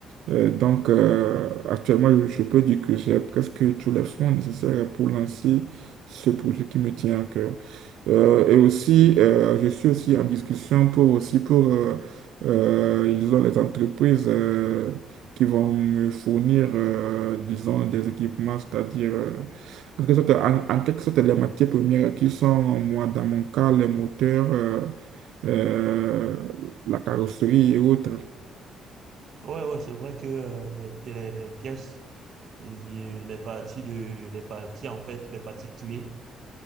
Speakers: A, on the right (about 80°); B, on the right (about 60°).
A: Euh, donc, euh, actuellement, je je peux dire que j'ai presque tous les fonds nécessaires pour lancer ce projet qui me tient à cœur. Euh, et aussi, euh, je suis aussi en discussion pour aussi pour euh, euh, ils ont les entreprises euh, qui vont me fournir, euh, disons, des équipements, c'est-à-dire euh, en quelque sorte, en- en quelque sorte, les matières premières qui sont, moi, dans mon cas, les moteurs, euh, euh, la carrosserie et autres.
B: Ouais, ouais, c'est vrai que euh, les, pi- les, les pièces, les, les parties de, les parties en fait, les parties clés